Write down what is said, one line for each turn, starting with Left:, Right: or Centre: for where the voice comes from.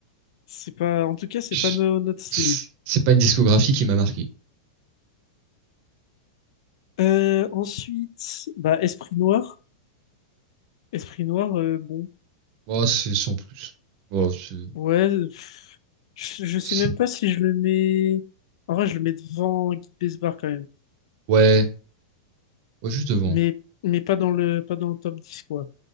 Left: c'est pas en tout cas c'est
Right: je-
Left: pas no- notre style.
Right: c'est pas une discographie qui m'a marqué.
Left: Euh, ensuite, bah, Esprit Noir. Esprit Noir, euh, bon.
Right: Moi, c'est sans plus. Bon, c'est-
Left: Ouais, pff, je, je sais
Right: c'est-
Left: même pas si je le mets. En vrai, je le mets devant Guy Besbar quand même.
Right: ouais, ouais, juste devant.
Left: Mais, mais pas dans le, pas dans le top dix quoi.